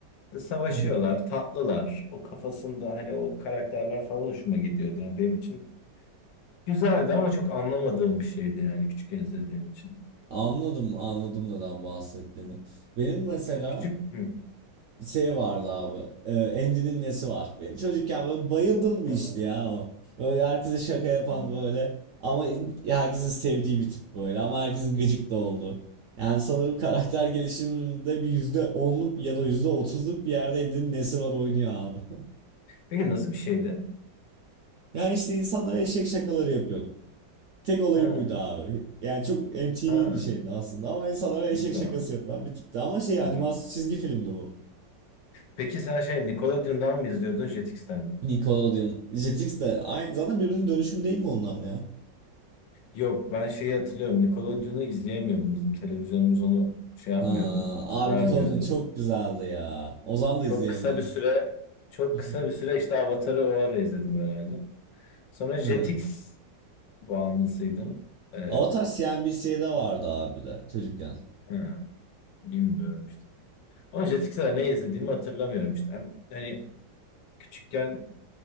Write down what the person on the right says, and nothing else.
Aha.
Anladım, anladım neden bahsettiğini. Benim mesela
şey vardı abi. E, Andy'nin nesi var? Benim çocukken böyle bayıldım bir
işte ya o. Böyle herkese şaka yapan
böyle. Ama herkesin sevdiği bir tip böyle. Ama herkesin gıcık da olduğu. Yani sanırım karakter gelişiminde bir yüzde onluk ya da yüzde otuzluk bir yerde Andy'nin nesi var oynuyor abi. <laughs>
Yani işte insanlara eşek şakaları yapıyordu. Tek olayı
buydu abi. Yani çok MTV
bir şeydi aslında ama insanlara eşek
şakası yapan bir tipti. Ama şey
animasyon çizgi filmdi bu.
Nickelodeon. Jetix de aynı zaten birbirinin dönüşümü değil mi onlar ya?
Ha, abi
Nickelodeon çok güzeldi ya. Ozan da
izleyemiyorum.
<laughs>
Hı.
Avatar CNBC'de vardı abi de çocukken.